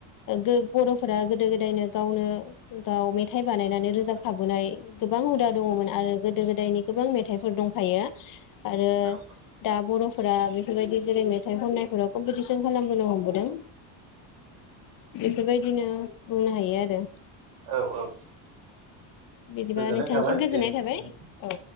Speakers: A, on the left; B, on the right.
A: गो बर' फोरा गोदो गोदायनो गावनो। गाव मेथाइ बानायनानै रोजाब खाबोनाय। गोबां हुदा दङमोन आरो गोदो गोदायनि गोबां मेथाइफोर दंखायो। आरो
B: औ
A: दा बर' फोरा बेफोरबायदि जेरै मेथ- मेथाइ खननायफोराव कमपिटिसन खालामबोनो हमबोदों बेफोरबायदिनो बुंनो हायो आरो।
B: औ औ
A: बिदिबा
B: गोजोननाय
A: नोंथांनिसिम
B: थाबाय
A: गोजोननाय
B: दे नोंथांनिसिम
A: थाबाय औ।